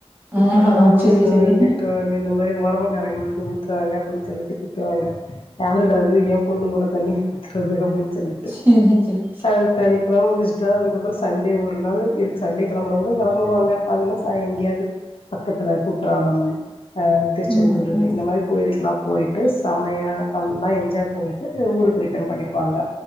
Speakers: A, on the right (about 20°); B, on the left (about 60°).
A: ஆஹா
B: இப்பதா குளிச்சுட்டு
A: சேரி
B: வந்தே
A: சேரி
B: திட்டு வாங்க இந்த மாரி மொறமக்காரங்க வந்து ஊத்றாங்க அப்டின்னு சொல்லிட்டு திட்டுவாங்க யாருடா அது ஏ பொண்ணு மேல தண்ணி ஊத்துறது அப்டினு சொல்லி
A: சேரி சேரி
B: அது சனிக்கெழம முடிச்ட்டா அதுக்கப்றோ சண்டே ஒரு நாளு இருக் சண்டே கெளம்புறவங்க கெளம்புவாங்க அப்டில்ல சாய் எங்கேயாவுது பக்கத்துல குற்றாலம் அ திருச்செந்தூர்
A: ம் ம்
B: இந்த மாரி கோயிலுக்குலா போய்ட்டு செமயா நல்லா எஞ்சாய் போய்ட்டு ஊருக்கு ரிட்டன் பண்ணிடுவாங்க